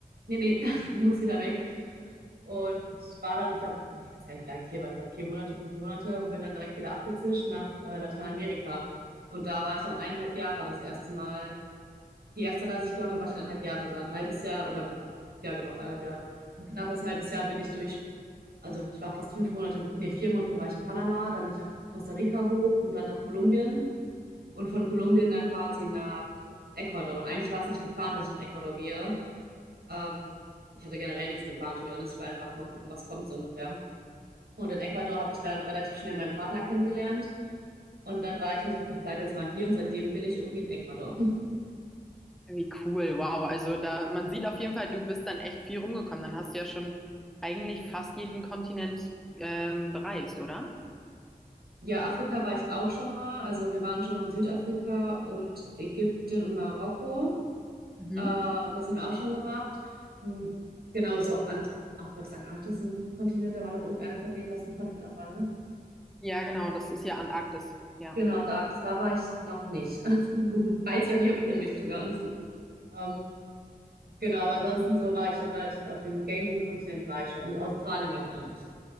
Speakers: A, on the right (about 90°); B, in the centre.
A: nee, nee, <laughs> ich muss wieder weg. Und war dann, ich glaube, ich weiß gar nicht, wie lange ich hier war, ich glaube vier Monate, fünf Monate und bin dann direkt wieder abgezischt nach äh, Lateinamerika. Und da war ich dann eineinhalb Jahre das erste Mal die erste Reise, die ich gemacht habe, war ich eineinhalb Jahre da. Ein halbes Jahr oder, ja genau, eineinhalb Jahre. Ein knappes halbes Jahr bin ich durch, also ich war fast fünf Monate, in- nee, vier Monate war ich in Panama, dann bin ich nach Costa Rica hoch und dann nach Kolumbien und von Kolumbien dann quasi nach Ecuador. Und eigentlich war es nicht geplant, dass ich nach Ecuador gehe. Ähm, ich hatte generell nichts geplant, to be honest. Ich war einfach mal gucken, was kommt so ungefähr. Und in Ecuador habe ich dann relativ schnell meinen Partner kennengelernt. Und dann war ich nur so, okay, ich bleibe jetzt mal hier und seitdem bin ich irgendwie in Ecuador.
B: Wie cool, wow. Also da, man sieht auf jeden Fall, du bist dann echt viel rumgekommen. Dann hast du ja schon eigentlich fast jeden Kontinent ähm, bereist, oder?
A: Ja, Afrika war ich auch schon mal. Also wir waren schon mal in Südafrika und Ägypten und Marokko.
B: Mhm.
A: Äh, das haben wir auch schon gemacht. Hm, Genau so. Und, oh Gott, das Arktis ist ein Kontinent. Da war doch irgendeiner von denen, was ein Kontinent auch war, ne?
B: Ja, genau, das ist ja Antarktis. Ja.
A: Genau, da, da war ich noch nicht. <laughs> Weiß ich auch nicht, ob ich hin möchte, to be honest. Ähm, genau, aber ansonsten so war ich schon relativ auf den gängigen Kontinenten war ich schon. In Australien war ich auch noch nicht.